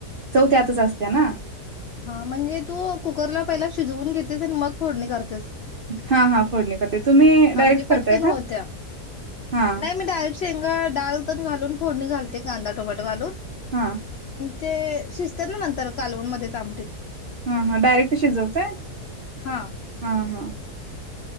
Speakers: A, on the right; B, on the left.
A: चव त्यातच असत्या ना.
B: हा म्हणजे तू कुकरला पहिला शिजवून घेतेस आणि मग फोडणी करते.
A: हा हा फोडणी कर तुम्ही.
B: हा
A: डायरेक्ट
B: म्हणजे पटकन
A: करताय
B: होत्या
A: का? हा
B: नाही मी डायरेक्ट शेंगा डाल टेन घालून फोडणी घाते कांदा टोमॅटो घाून.
A: हा.
B: ते शिजत ना नंतर कालवन मध्ये च आमटत.
A: हा हा डायरेक्ट शिजवतय
B: हा.
A: हा हा.